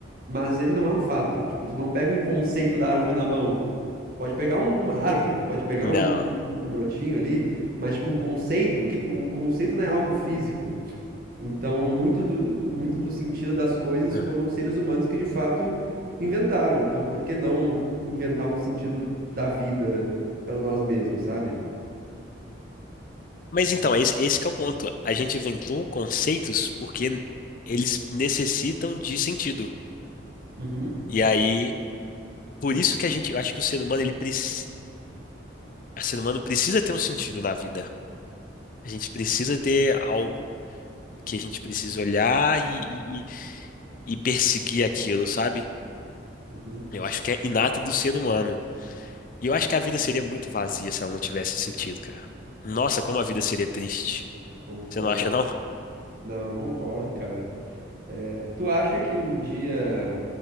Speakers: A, on the right; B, on the left.
A: Mas ele não é um fato. Tipo, tu não pega um conceito da árvore na mão. Tu pode pegar um- uma árvore, tu pode pegar
B: não.
A: um, um um brotinho ali, mas tipo, o conceito, o que, que- um conceito não é algo físico. Então, muito do, muito do sentido das coisas
B: E-
A: foram os seres humanos que de fato inventaram. Então, por que não inventar um sentido da vida para nós mesmos, sabe?
B: Mas então, é esse, esse que é o ponto. A gente inventou conceitos porque eles necessitam de sentido.
A: Uhum,
B: E aí, por isso que a gente, eu acho que o ser humano, ele precisa, o ser humano precisa ter um sentido na vida. A gente precisa ter algo que a gente precisa olhar e, e, e perseguir aquilo, sabe?
A: uhum,
B: Eu acho que é inato do ser humano. E eu acho que a vida seria muito vazia se ela não tivesse sentido, cara. Nossa, como a vida seria triste.
A: concordo.
B: Você não acha, não?
A: Não, concordo, cara. É, tu acha que um dia.